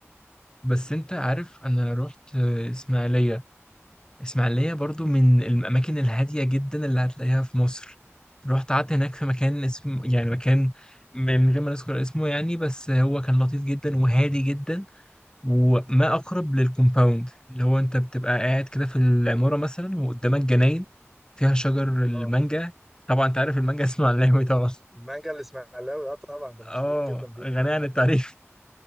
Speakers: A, on the left (about 15°); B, in the centre.
A: بس انت عارف انا رحت آه، اسماعيليه اسماعيليه برضو من الاماكن الهاديه جدا اللي هتلاقيها في مصر رحت قعدت هناك في مكان اسمه يعني مكان م- من غير ما نذكر اسمه يعني بس هو كان لطيف جدا وهادي جدا وما اقرب للكومباوند اللي هو انت بتبقى قاعد كده في العماره مثلا وقدامك جناين فيها شجر المانجا
B: اه
A: طبعا انت عارف المانجا <laughs> اسمه على طبعا
B: المانجا الاسماعيلاوي اه طبعا ده مشهورين
A: اه
B: جدا بيه
A: غني عن التعريف